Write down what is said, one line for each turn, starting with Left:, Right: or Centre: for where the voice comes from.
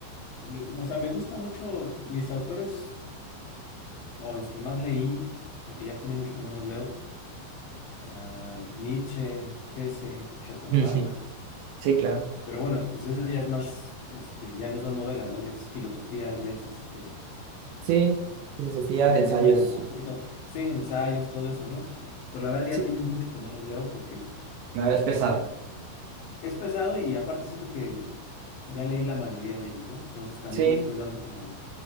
Left: l- o sea, me gusta mucho mis autores, o los que más leí, porque ya tiene mucho que no los leo, ah, Nietzsche, Hesse, Schopenhauer,
Right: Ujú. Sí, claro.
Left: pero bueno, pues eso ya es más, este, ya no son novelas, ¿no? Ya es filosofía, ya es este
Right: Sí,
Left: eh,
Right: filosofía
Left: ya meterse
Right: de ensayos.
Left: como un poquito, sí, ensayos, todo eso, ¿no? Pero la verdad ya
Right: Sí,
Left: tiene mucho que no los leo porque
Right: claro, es pesado.
Left: eh, es pesado y aparte siento que ya leí la mayoría de ellos, ¿no? Entonces también
Right: Sí,
Left: me estoy dando como